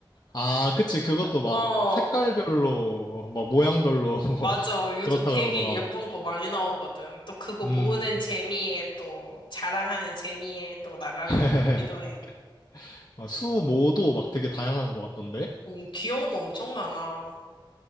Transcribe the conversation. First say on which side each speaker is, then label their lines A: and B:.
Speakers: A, on the left; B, on the left.
A: 아, 그치. 그것도 막
B: 어,
A: 색깔별로, 막 모양별로, <laughs>
B: 맞아. 요즘
A: 그렇다
B: 되게
A: 그러더라.
B: 예쁜 거 많이 나오거든. 또 그거 모으는
A: 음.
B: 재미에 또, 자랑하는 재미에 또 나가는
A: <laughs>
B: 것 같기도 해.
A: 수모도 막 되게 다양한 것 같던데?
B: 어, 귀여운 거 엄청 많아.